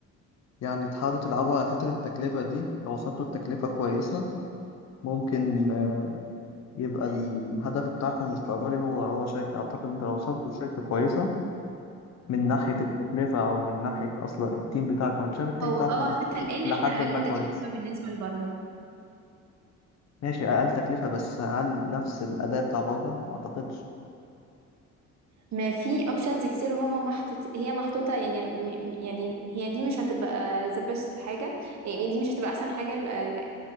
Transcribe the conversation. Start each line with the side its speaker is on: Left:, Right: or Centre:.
Left: يعني تحاولوا تلعبوا على حتة التكلفة دي لو وصلتوا لتكلفة كويسة ممكن آه، يبقى الهدف بتاعكم المستقبلي هو هو شركة اعتقد انت لو وصلتوا لشركة كويسة من ناحية التكلفة او من ناحية اصلا التيم بتاعكم انا شايف التيم
Right: هو
Left: بتاعكم
Right: اه
Left: لح-
Right: حتى الآن
Left: لحد
Right: احنا أقل
Left: ما كويس
Right: تكلفة بالنسبة لبره
Left: ماشي اقل تكلفة بس هل نفس الاداء بتاع بره ما اعتقدش
Right: ما في اوبشنز كتير هما محطوط هي محطوطة يعني م- يعني هي دي مش هتبقى the best حاجة يعني دي مش هتبقى احسن حاجة ال- ال-